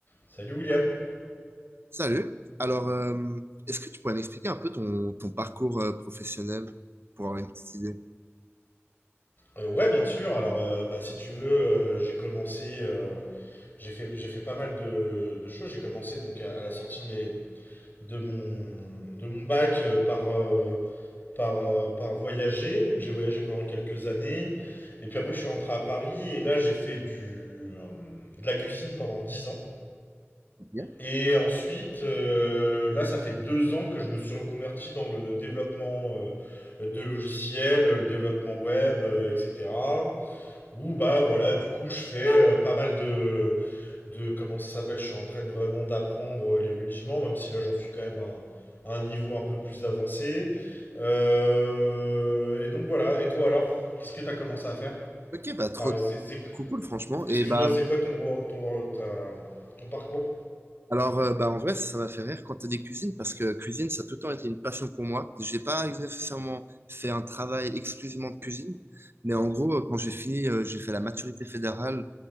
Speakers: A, on the left (about 45°); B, on the right (about 55°).
A: Salut William.
B: Salut. Alors, euh, est-ce que tu pourrais m'expliquer un peu ton, ton parcours euh, professionnel pour avoir une petite idée?
A: Euh, ouais, bien sûr. Alors, euh, bah, si tu veux, euh, j'ai commencé, euh, j'ai fait, j'ai fait pas mal de, de choses. J'ai commencé donc à, à la sortie de mes, de mon, de mon bac euh, par, euh, par, euh, par voyager. Donc, j'ai voyagé pendant quelques années. Et puis après, je suis rentré à Paris et là, j'ai fait du, euh, de la cuisine pendant 10 ans.
B: Ok.
A: Et ensuite, euh, là, ça fait deux ans que je me suis reconverti dans le développement euh, de logiciels, le développement web, euh, etc. Où bah voilà, du coup je fais euh, pas mal de, de comment ça s'appelle, je suis en train de vraiment d'apprendre euh, les rudiments, même si là j'en suis quand même à un, à un niveau un peu plus avancé. Euh, et donc voilà, et toi alors, qu'est-ce que t'as commencé à faire?
B: Ok, bah trop
A: Enfin, c'est- c'est-
B: cool, cool, franchement.
A: excuse-moi,
B: Et bah
A: c'est quoi ton, wor- ton, wor- ta- ton parcours?
B: Alors, euh, bah, en vrai, ça m'a fait rire quand tu as dit cuisine, parce que cuisine, ça a tout le temps été une passion pour moi. J'ai pas nécessairement fait un travail exclusivement de cuisine, mais en gros, euh, quand j'ai fini, euh, j'ai fait la maturité fédérale